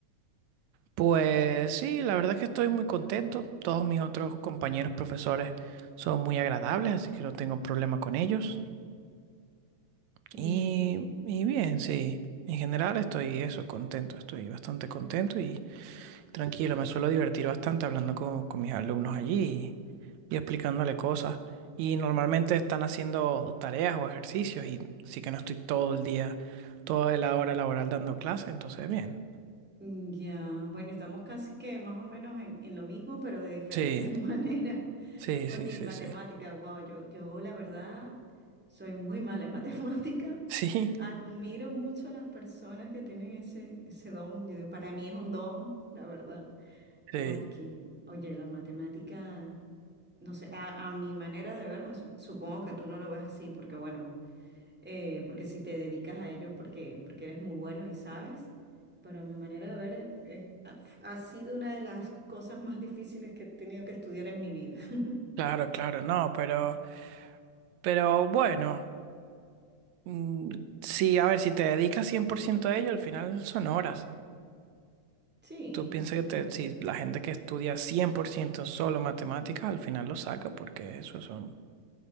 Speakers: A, on the right; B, in the centre.
A: pues sí, la verdad es que estoy muy contento. Todos mis otros compañeros profesores son muy agradables, así que no tengo problema con ellos.
B: bien,
A: Y,
B: bien.
A: y bien, sí, en general estoy eso, contento, estoy bastante contento y tranquilo. Me suelo divertir bastante hablando con, con mis alumnos allí y explicándole cosas. Y normalmente están haciendo tareas o ejercicios y sí que no estoy todo el día, toda la hora laboral dando clases, entonces bien.
B: Mm, Ya, bueno, estamos casi que más o menos en, en lo mismo, pero de diferentes
A: Sí,
B: <laughs> maneras.
A: sí,
B: Oye,
A: sí, sí,
B: y matemática,
A: sí. <laughs>
B: wow, yo, yo la verdad soy muy mala en <laughs> matemática.
A: Sí,
B: Admiro mucho a las personas que tienen ese, ese don. Yo digo, para mí es un don, la verdad.
A: sí.
B: Porque, oye, la matemática, no sé, a, a mi manera de verme, sup- supongo que tú no lo ves así, porque bueno, eh, porque si te dedicas a ello porque, porque eres muy bueno y sabes, pero a mi manera de ver, eh, ha, ha sido una de las cosas más difíciles que he tenido que estudiar en mi vida. <laughs>
A: Claro, claro, no, pero, pero bueno, mm, sí, a ver, si te dedicas 100% a ello, al final son horas.
B: Sí,
A: Tú piensas que
B: claro.
A: te- si la gente que estudia 100% solo matemáticas, al final lo saca, porque eso son